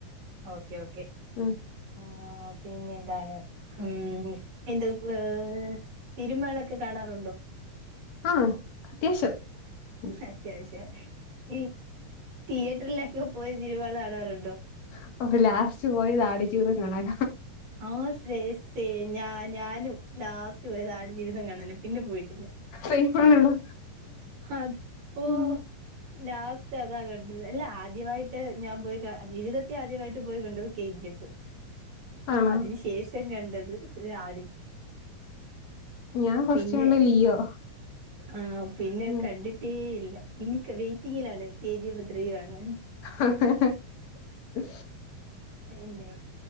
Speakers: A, on the right (about 55°); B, on the left (about 55°).
A: ഓക്കേ ഓക്കേ
B: ഉം
A: ആ പിന്നെ എന്താണ് ഉം എന്ത് ഏ സിനുമളൊക്കെ കാണാറുണ്ടോ
B: ആ അത്യാവശ്യം ഉം
A: അത്യാവശ്യം ഈ തിയേറ്ററിലൊക്കെ പോയി സിനുമള് കാണാറുണ്ടോ
B: ഇപ്പൊക്കെ ലാസ്റ്റ് പോയത് ആട്ജീവിതം കാണാന
A: ആ സേ സേ ഞാ ഞാനും ലാസ്റ്റ് പോയത് ആട്ജീവിതം കാണന പിന്നെ പോയിട്ടില്ല
B: സെയിമാണല്ലോ
A: അത് ഓഹോ
B: ഉം
A: ലാസ്റ്റ് അതാ കണ്ടത് അല്ല ആദ്യമായിട്ട് ഞാൻ പോയി കാ ജീവിതത്തി ആദ്യമായിട്ട് പോയി കണ്ടത് കെ. ജി. എഫ്
B: ആണോ
A: അതിന് ശേഷം കണ്ടത് ആ
B: ഉം ഞാൻ ഫസ്റ്റ്കണ്ടത്
A: പിന്നെ
B: ലിയോ
A: ആ പിന്നെ
B: ഉം
A: കണ്ടിട്ടേ ഇല്ല എനിക്ക് വെയ്റ്റിങ്ങിലാണ് കെ. ജി. എഫ്‌ ത്രീ കാണാൻ
B: ഹ ഹ ഹ
A: വേണ്ടേ